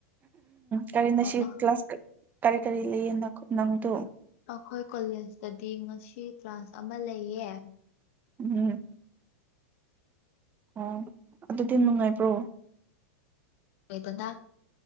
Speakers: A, on the right; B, on the left.
A: ꯀꯔꯤꯅ
B: ꯍꯣꯍꯣꯠꯅ
A: ꯁꯤ ꯀ꯭ꯂꯥꯁ ꯀꯔꯤ ꯀꯔꯤ ꯂꯩꯌ‌ꯦꯅ ꯅꯪꯗ‌ꯣ
B: ꯑꯩꯈꯣꯏ ꯀꯣꯂꯦꯖꯇꯗꯤ ꯉꯁꯤ ꯀ꯭ꯂꯥꯁ ꯑꯃ ꯂꯩꯌꯦ
A: ꯎꯝ ꯑꯣ ꯑꯗꯨꯗꯤ ꯅꯨꯡꯉꯥꯏꯕ꯭ꯔꯣ
B: ꯑꯣꯏꯕꯅ